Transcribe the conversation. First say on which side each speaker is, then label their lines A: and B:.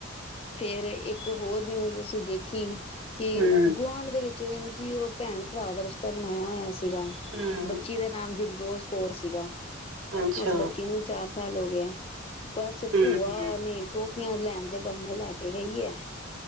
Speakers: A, on the left; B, on the right.
A: ਫੇਰ ਇੱਕ ਹੋਰ ਨਿਊਜ਼ ਅਸੀਂ ਦੇਖੀ ਕਿ
B: ਹਮ
A: ਗੁਆਂਢ ਦੇ ਵਿੱਚ ਯਾਨੀ ਕਿ ਓ ਭੈਨ-ਭਰਾ ਦਾ ਰਿਸ਼ਤਾ ਬਨਾਯੇਆ ਹੋਏਆ ਸੀਗਾ
B: ਹੂੰ।
A: ਬੱਚੀ ਦਾ ਨਾਮ ਦਿਲ ਰੋਜ਼ ਕੌਰ ਸੀਗਾ
B: ਅੱਛਾ
A: ਉਸ ਬੱਚੀ ਨੂੰ ਵੀ ਚਾਰ ਸਾਲ ਹੋ ਗੇਐਂ। ਬਸ
B: ਹਮ
A: ਭੂਆ
B: ਹਮ
A: ਨੇ ਟੋਫੀਆਂ ਲੈਨ ਦੇ ਬਹਾਨੇ ਲੈ ਕੇ ਗਈ ਐ